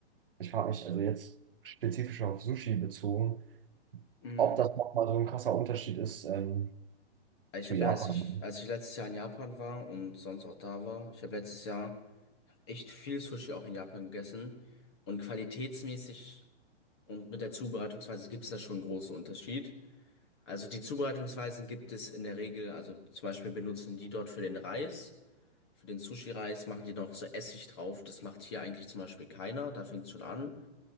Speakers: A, on the right (about 55°); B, on the left (about 25°).
A: Ich frage mich, also jetzt spezifisch auf Sushi bezogen,
B: Mm,
A: ob das nochmal so ein krasser Unterschied ist. Ähm,
B: Ich
A: Zu
B: habe
A: Japan.
B: ja, als ich, als ich letztes Jahr in Japan war und sonst auch da war, ich habe letztes Jahr echt viel Sushi auch in Japan gegessen. Und qualitätsmäßig und mit der Zubereitungsweise gibt es da schon einen großen Unterschied. Also die Zubereitungsweisen gibt es in der Regel, also zum Beispiel benutzen die dort für den Reis, für den Sushi-Reis machen die noch so Essig drauf. Das macht hier eigentlich zum Beispiel keiner, da fängt es schon an.